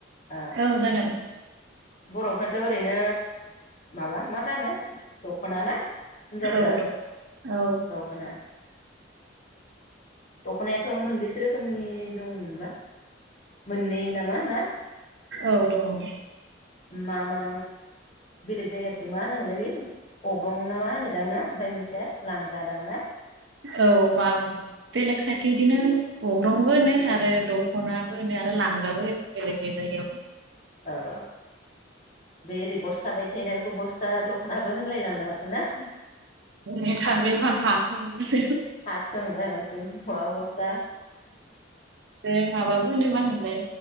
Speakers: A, on the left; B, on the right.
A: अ
B: औ जागोन
A: बर'फ्राथ' ओरैनो माबा मा गानो दख'ना ना हिनजावफोरा
B: औ दं औ
A: दख'ना दख'नायाथ' मोनबेसे रोखोमनि दं मोनबा? मोननै नामा ना?
B: औ दङ
A: मा मा? बेलेग जायगाथिं मा होनोमोनदों बे अग्रं ना मा होनो दांना ओमफ्राय मोनसेया लांगाादां ना?
B: औ मा बेलेग साइदख बिदिनो अग्रंबो होनो आरो दख'नाबो होनो आरो लांगाबो होनो बेलेग बेलेग जायगायावहाय
A: औ बे ओरै बस्था बायदि थायोना बेखौ बस्था दख'नाबो होनलायलाङोदा माथो ना?
B: नै थार बे मा हासं बे
A: हासुं ओं <unintelligible>
B: बे माबाबो होनो मा होनोमोनलाय